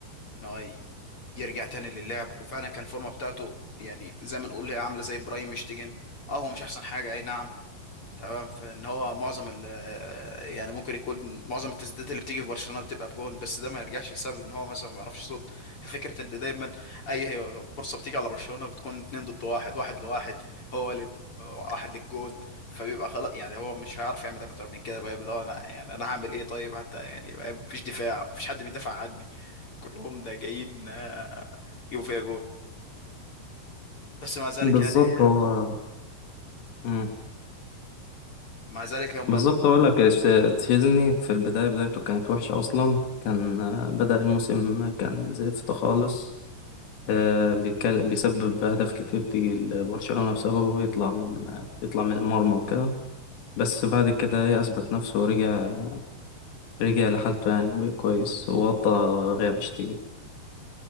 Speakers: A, on the left (about 35°); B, on the left (about 80°).
A: ان هو ي- يرجع تاني للعب وفعلا كان الفورمة بتاعته يعني زي ما نقول هي عاملة زي برايم مشتيجن اه هو مش احسن حاجة اي نعم تمام فان هو معظم ال يعني ممكن يكون معظم التسديدات اللي بتيجي في برشلونه بتبقى بجون بس ده ما يرجعش لسبب ان هو مثلا ما بيعرفش يصد فكره ان دايما اي فرصه بتيجي على برشلونه بتكون اتنين ضد واحد واحد لواحد هو ل... واحد للجون فبيبقى خلاص يعني هو مش هيعرف يعمل اكتر من كده بقى اللي هو انا يعني انا هعمل ايه طيب حتى يعني بقى مفيش دفاع مفيش حد بيدافع عني كلهم ده جايين آه، يجوا فيها جون بس مع ذلك
B: بالظبط
A: يعني
B: هو مم.
A: مع ذلك هم
B: بالظبط أقول لك إيش، تشيزني في البداية بدايته كانت وحشة أصلا كان آه، بدأ الموسم كان زفت خالص آه، بيكل- بيسبب أهداف كتير تيجي لبرشلونة بسببه ويطلع من آه، يطلع من المرمى وكده بس بعد كده ايه اثبت نفسه ورجع رجع لحالته يعني وبقى كويس وغطى غياب اشتكي